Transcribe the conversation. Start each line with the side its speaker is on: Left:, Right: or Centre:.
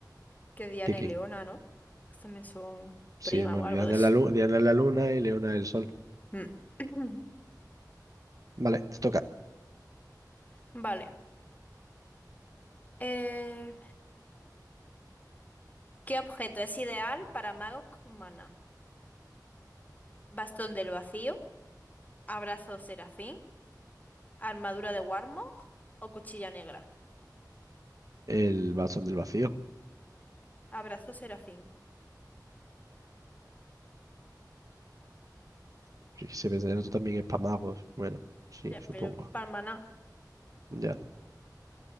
Left: que Diana
Right: ¿Qué quién?
Left: y Leona, ¿no? Que también son
Right: Sí,
Left: prima
Right: bueno,
Left: o algo
Right: Diana
Left: de eso.
Right: es la luna, Diana es la luna y Leona es el sol.
Left: Mm. <clears throat>
Right: Vale, te toca.
Left: Vale. Eh, ¿qué objeto es ideal para magos con maná? ¿Bastón del vacío? ¿Abrazo serafín? ¿Armadura de Warmog? ¿O cuchilla negra?
Right: El bastón del vacío.
Left: Abrazo serafín.
Right: Fíjese, pensé, el otro también es Pamagua. Bueno, sí,
Left: Ya,
Right: supongo.
Left: pero para el maná.
Right: Ya.